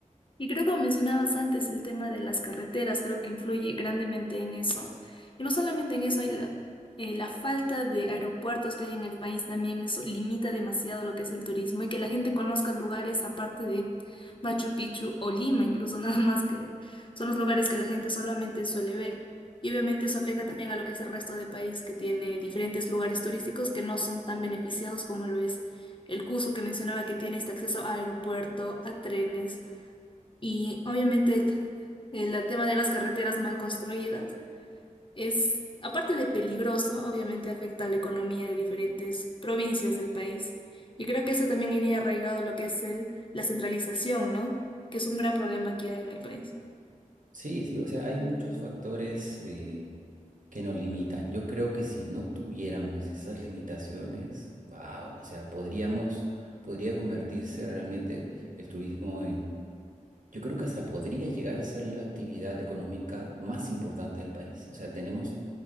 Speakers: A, on the left; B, on the right.
A: Y creo que mencionabas antes el tema de las carreteras, creo que influye grandemente en eso. Y no solamente en eso, hay la, eh, la falta de aeropuertos que hay en el país también, eso limita demasiado lo que es el turismo y que la gente conozca lugares aparte de Machu Picchu o Lima, incluso <laughs> nada más que son los lugares que la gente solamente suele ver. Y obviamente eso afecta también a lo que es el resto del país, que tiene diferentes lugares turísticos que no son tan beneficiados como lo es el Cusco, que mencionaba que tiene este acceso a aeropuerto, a trenes y obviamente el, el tema de las carreteras mal construidas es, aparte de peligroso, obviamente afecta a la economía de diferentes provincias del país. Y creo que eso también iría arraigado a lo que es el, la centralización, ¿no? Que es un gran problema aquí en el país.
B: Sí, sí, o sea, hay muchos factores eh, que nos limitan. Yo creo que si no tuviéramos esas limitaciones, wow, o sea, podríamos, podría convertirse realmente el turismo Yo creo que hasta podría llegar a ser la actividad económica más importante del país. O sea, tenemos